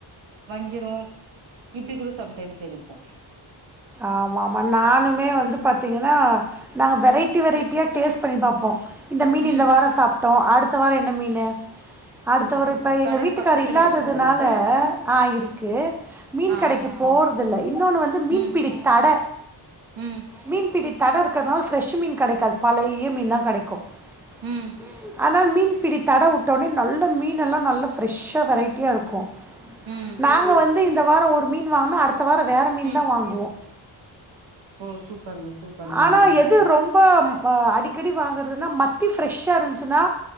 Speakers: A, on the right (about 85°); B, in the centre.
A: வஞ்சிரோ இப்டி கூட சம்டைம்ஸ் எடுப்போ
B: ஆமா ஆமா நானுமே வந்து பாத்தீங்கன்னா நாங்க வெரைட்டி வெரைட்டியா டேஸ்ட் பண்ணின் பாப்போ இந்த மீன்
A: ம்
B: இந்த வாரோ சாப்ட்டோ அடுத் த்தவாரம் என்ன மீன்னு அடுத்த
A: சூப்பர்
B: வரு
A: சூப்பர்
B: இப்ப எங்க
A: கடல்
B: வீட்டுக்கார்
A: பக்கத்துலயே
B: இல்லாததுனால
A: இருக்கா உங்களுக்கு
B: ஆ இருக்கு மீன்
A: ஆ
B: கடைக்கு போறதில்ல இன்னொன்னு வந்து மீன்
A: ம்
B: தட
A: ம்
B: மீன் பிடி தட இருக்கற்னால ஃப்ரெஷ் மீன் கெடைக்காது பழைய மீன்தா கெடைக்கோ
A: ம்
B: உம் ஆனால் மீன் பிடி தட உட்டோனே நல்லா மீன் எல்லா நல்லா ஃப்ரெஷ்சா வெரைட்டியா இருக்கோ
A: ம்
B: நாங்க வந்து இந்த வார ஒரு மீன் வாங்னா அடு த வார வேற மீன்தா
A: ம்.
B: வாங்குவோ
A: ஓ சூப்பருங்க சூப்பருங்க
B: ஆனா
A: நல்ல விஷ்யோ
B: எது ரொம்ப ம் மா அடி கிடி வாங்கறதுனா மத்தி ஃப்ரெஷ்சா இருந்துச்சுனா